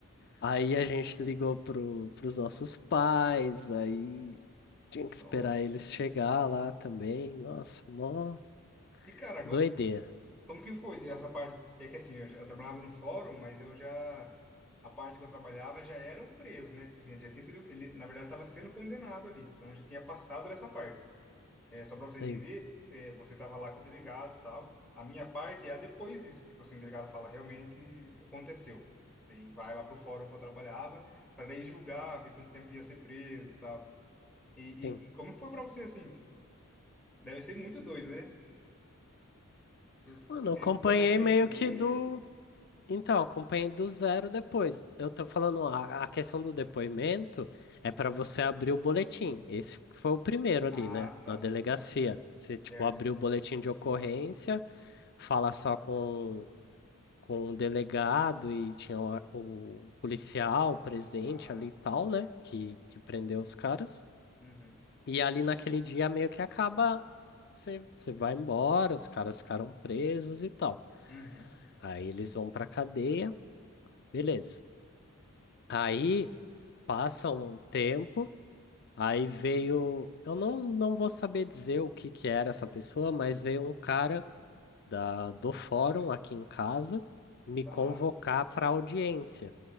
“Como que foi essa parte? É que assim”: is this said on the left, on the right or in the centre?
Centre